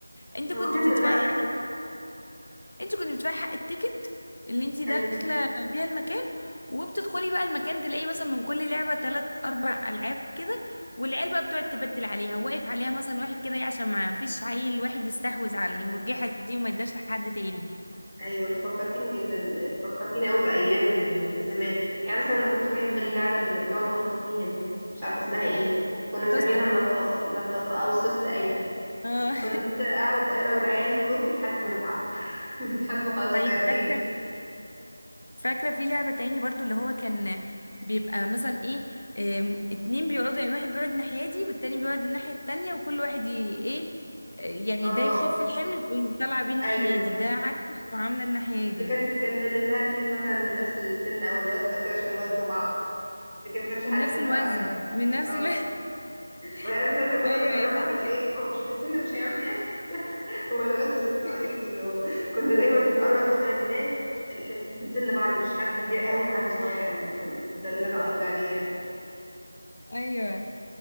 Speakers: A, on the left; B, in the centre.
A: انت
B: هو
A: كنت
B: كان
A: بتدفعي
B: بالوقت
A: حق انت كنت بتدفعي حق التيكت اللي انت داخله
B: ايوه
A: بيها المكان وبتدخلي بقى المكان تلاقي مثلا من كل لعبه تلات اربع العاب كده والعيال بقى بتقعد تبدل عليها واقف عليها مثلا واحد كده ايه عشان ما فيش عيل واحد يستحوذ على المرجحه دي وما يداش لحد تاني
B: ايوه انت فكرتيني جدا فكرتيني قوي بايام آه، زمان يعني مثلا انا كنت بحب اللعبه اللي بنقعد ننط فيها دي مش عارفه اسمها ايه كنا مسمينها
A: توستة
B: النطاطه النطاطه او السوسته ايوه
A: اه
B: كنت اقعد انا والعيال ننط لحد ما نتعب <laughs> لحد ما خلاص
A: <laughs> طيب
B: مش قادرين
A: فاكره فاكرة في لعبة تاني برضو اللي هو كان بيبقى مثلا ايه آم، اتنين بيقعدوا يعني واحد بيقعد الناحية دي والتاني بيقعد الناحية التانية وكل واحد ي- ايه آه، يعني
B: اه
A: ده يخف الحمل ويطلع بيه الناحية
B: ايوه
A: دي ده عكس المعاملة الناحية
B: ده
A: دي
B: كان كان لازم لها اتنين مثلا من نفس السن او الوزن او كده عشان يوازنوا بعض لكن ما كانش حد
A: من نفس
B: ينفع
A: الوزن من نفس
B: اه
A: الوزن
B: ما يعني مثلا
A: <laughs>
B: احنا كنا
A: ايوه
B: بنقربها
A: هي فعلا
B: بالايه
A: كده
B: ما هو مش بالسن مش هيعمل حاجه <laughs> هو الوزن بس انا
A: <laughs>
B: بقول لك انه كنا دايما بنقرب مثلا الناس اللي من سن بعض مش حد كبير قوي وحد صغير قوي ده ده اللي انا قصدي عليه يعني
A: ايوه